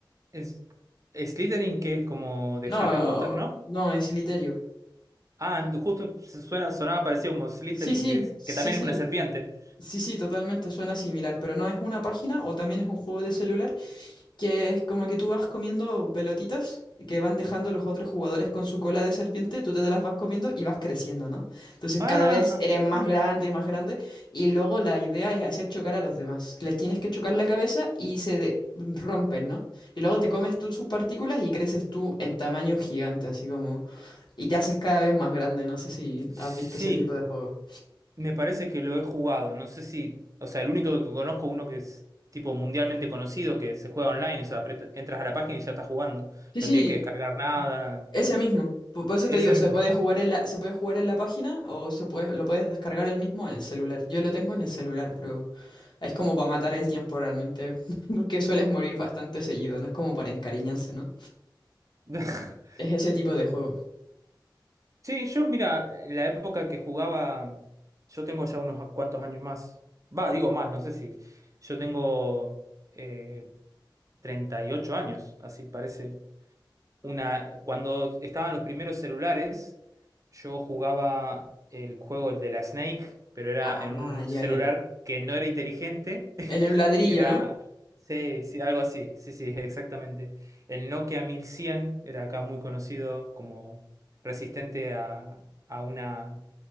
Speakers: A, on the right; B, on the left.
A: Es, Slytherin, que es como de
B: No,
A: Harry Potter, ¿no?
B: no, es Slytherin.
A: Ah, justo se suena, sonaba parecido como Slytherin,
B: Sí, sí,
A: que es,
B: sí,
A: que también
B: sí,
A: es una serpiente.
B: sí, sí, totalmente suena similar, pero no es una página o también es un juego de celular. que es como que tú vas comiendo pelotitas y que van dejando los otros jugadores con su cola de serpiente, tú te las vas comiendo y vas creciendo, ¿no? Entonces
A: Ah,
B: cada vez eres más
A: sí.
B: grande y más grande y luego la idea es hacer chocar a los demás. Les tienes que chocar la cabeza y se de- rompen, ¿no? Y luego te comes tú sus partículas y creces tú en tamaño gigante, así como... Y te haces cada vez más grande, no sé si
A: Sí,
B: has visto ese tipo de juego.
A: Me parece que lo he jugado. No sé si. O sea, el único que conozco, uno que es tipo mundialmente conocido, que se juega online. O sea, apret- entras a la página y ya estás jugando.
B: Sí, sí,
A: No tienes que descargar nada.
B: Ese mismo. Po- Por eso
A: Ese
B: te digo, se
A: mismo.
B: puede jugar en la, se puede jugar en la página o se puede, lo puedes descargar el mismo en el celular. Yo lo tengo en el celular, pero es como para matar el tiempo realmente, <laughs> porque sueles morir bastante seguido, no es como para encariñarse, ¿no?
A: <laughs>
B: Es ese tipo de juego.
A: Sí, yo, mira, en la época que jugaba. Yo tengo ya unos cuantos años más. Va, digo más, no sé si. Yo tengo eh, 38 años, así parece. una, cuando estaban los primeros celulares, yo jugaba el juego el de la Snake, pero era
B: Ah,
A: en un
B: ya,
A: celular
B: ya, ya.
A: que no era inteligente, <laughs>
B: En el ladrillo,
A: que era,
B: ¿no?
A: sí, sí, algo así, sí, sí, exactamente. El Nokia 1100 era acá muy conocido como resistente a, a una